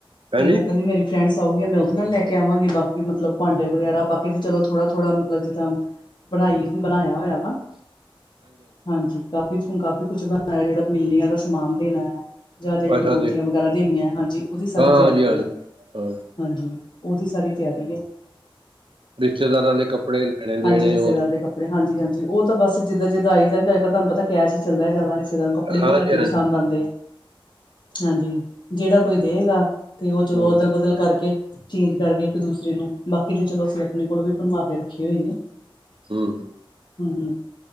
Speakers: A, on the right (about 70°); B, on the left (about 55°).
A: ਹਾਂਜੀ
B: ਤੇ ਓ ਕੈਂਦੀ ਮੇਰੀ ਫ੍ਰੈਂਡਸ ਆਊਗੀਆਂ ਮੈਂ ਓਦੇ ਨਾਲ ਲੈ ਕੇ ਆਵਾਂਗੀ ਬਾਕੀ ਮਤਲਬ ਭਾਂਡੇ ਵਗੈਰਾ ਬਾਕੀ ਤੇ ਚਲੋ ਥੋੜਾ, ਥੋੜਾ ਮਤਲਬ ਜਿੱਦਾਂ ਬਣਾਈ, ਬਣਾਏਆ ਹੋਏਆ ਵਾ। ਹਾਂਜੀ। ਕਾਫੀ ਚ ਹੁਨ ਕਾਫੀ ਕੁਛ ਬਨਾਏਆ ਜੇੜਾ ਮਿਲਨੀਆਂ ਦਾ ਸਮਾਨ ਦੇਣਾ ਐ। ਜਾਂ ਜੇੜੀਆਂ
A: ਅੱਛਾ
B: ਮਨੂਤੀਆਂ
A: ਜੀ
B: ਵਗੈਰਾ ਦੇਨੀਆਂ ਐ ਹਾਂਜੀ, ਓਦੀ ਸਾਰੀ
A: ਹਾਂ
B: ਤਿਆਰੀ
A: ਹਾਂਜੀ ਹਾਂਜੀ
B: ਐ।
A: ਹਾਂ
B: ਹਾਂਜੀ, ਓਦੀ ਸਾਰੀ ਤਿਆਰੀ ਐ।
A: ਰਿਸ਼ਤੇਦਾਰਾਂ ਦੇ ਕੱਪੜੇ ਲੈਣੇ-ਦੇਣੇ
B: ਹਾਂਜੀ ਰਿਸ਼ਤੇਦਾਰ
A: <unintelligible>
B: ਦੇ ਕੱਪੜੇ ਹਾਂਜੀ, ਹਾਂਜੀ ਓ ਤਾਂ ਬੱਸ ਜਿਦਾਂ, ਜਿਦਾ ਆਈ ਜਾਨ ਗੇ ਅਜ-ਕੱਲ ਤੁਆਨੂੰ ਪਤਾ ਕੈਸ਼ ਈ ਚੱਲਦਾ ਜਾਂਦਾ ਕੀਸੇ ਕੱਪੜੇ
A: ਹਾਂਜੀ
B: ਵੀ ਘੱਟ ਈ ਪਸੰਦ
A: ਹਾਂਜੀ
B: ਆਂਦੇ ਆ, ਹਾਂਜੀ। ਜਿਹੜਾ ਕੋਈ ਦੇਵੇਗਾ ਤੇ ਉਹ ਚਲੋ
A: ਹੂੰ
B: ਅਦਲ ਬਦਲ ਕਰਕੇ ਚੇਂਜ ਕਰਕੇ ਇੱਕ ਦੂਸਰੇ ਨੂੰ ਬਾਕੀ ਤੇ ਚਲੋ ਅਸੀਂ ਆਪਣੇ ਕੋਲ ਵੀ ਬਣਵਾ ਕੇ ਰੱਖੇ ਹੋਏ ਨੇ
A: ਹੂੰ
B: ਹੂੰ